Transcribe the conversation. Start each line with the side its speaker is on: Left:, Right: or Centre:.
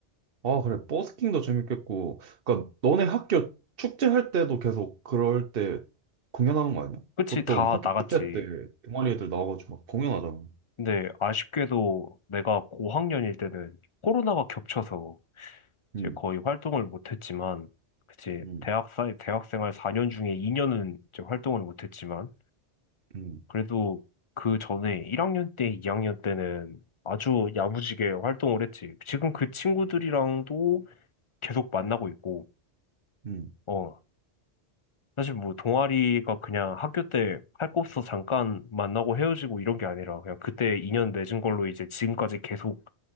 Right: 아, 그래. 버스킹도 재밌겠고. 그니까, 너네 학교 축제할 때도 계속 그럴 때 공연하는 거 아니야?
Left: 그치?
Right: 보통
Left: 다
Right: 학교
Left: 나갔지.
Right: 축제 때 동아리 애들 나와가지고 막 공연하잖아.
Left: 근데 아쉽게도 내가 고학년일 때는 코로나가 겹쳐서
Right: 응,
Left: 이제 거의 활동을 못했지만 그치?
Right: 응,
Left: 대학 사 대학생활 4년 중에 2년은 이제 활동을 못했지만
Right: 응,
Left: 그래도 그 전에 1학년 때, 2학년 때는 아주 야무지게 활동을 했지. 지금 그 친구들이랑도 계속 만나고 있고,
Right: 응.
Left: 어. 사실 뭐 동아리가 그냥 학교 때 할 거 없어 잠깐 만나고 헤어지고 이런 게 아니라 그냥 그때 인연 맺은 걸로 이제 지금까지 계속